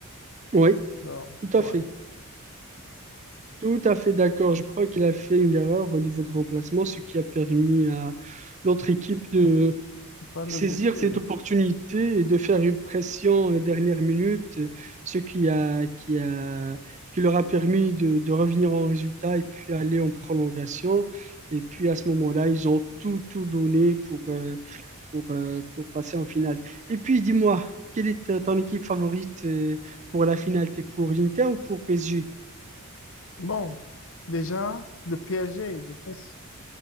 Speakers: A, on the right (about 30°); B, on the left (about 60°).
A: Oui,
B: Non,
A: tout
B: ouais,
A: à fait. Tout à fait d'accord. Je crois qu'il a fait une erreur au niveau de remplacement, ce qui a permis à l'autre équipe de,
B: pour prendre
A: saisir
B: le dessus. oui.
A: cette opportunité et de faire une pression à la dernière minute, ce qui a, qui a, qui leur a permis de, de revenir en résultat et puis aller en prolongation. Et puis à ce moment-là, ils ont tout, tout donné pour, euh, pour, euh, pour passer en finale. Et puis dis-moi, quelle est ta- ton équipe favorite euh, pour la finale? T'es pour l'Inter ou pour PSG?
B: Bon, déjà, le PSG d'office,